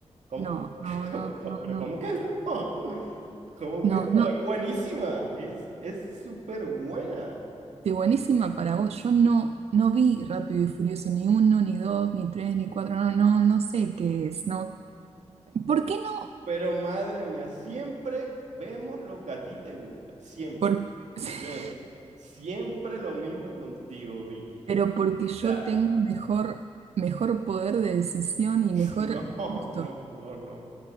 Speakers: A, on the right (about 80°); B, on the right (about 60°).
A: ¿Cómo?
B: no, no,
A: <laughs> ¿Cómo-
B: no,
A: cómo-
B: no,
A: Pero
B: no.
A: ¿cómo que no? <laughs> ¿Cómo
B: No,
A: que no?
B: no.
A: Es buenísima, es, es súper buena.
B: De buenísima para vos. Yo no, no vi Rápido y Furioso, ni uno, ni dos, ni tres, ni cuatro. No, no, no sé qué es. No. ¿Por qué no?
A: Pero madre mía, siempre vemos lo que a ti te gusta, siempre,
B: ¿Por
A: siempre,
B: <laughs>
A: siempre lo mismo contigo, Vicky.
B: pero porque yo
A: O sea,
B: tengo mejor, mejor poder de decisión y
A: <laughs>
B: mejor
A: no,
B: gusto.
A: no, no, no,